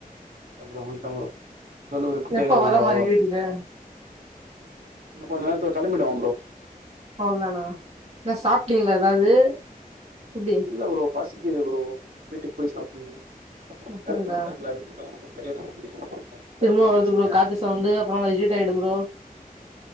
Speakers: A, on the right; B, on the right.
A: இல்ல ப்ரோ வன்ட்ட ப்ரோ சொல்லு ப்ரோ இப்ப கேக்காது
B: எப்ப வர
A: ப்ரோ
B: மாரி
A: அவ்ளோவா
B: வீட்டுக்கு?
A: இன்னு கொஞ்ச நேரத்துல கெளம்பிடுவ ப்ரோ
B: அவ்ளோ தானா என்ன சாப்ட்டீங்ளா ஏதாவது எப்டி
A: இல்ல ப்ரோ பசிக்குது ப்ரோ வீட்டுக்கு போய் சாப்பட்ணு
B: அப்டிங்களா?
A: என்ன வேற தெர்ல வீட்ல <inaudible>
B: திரும்ப வருது
A: பசங்க
B: ப்ரோ காத்து சவுண்டு அப்பறமா ரிஜெட் ஆகிடு ப்ரோ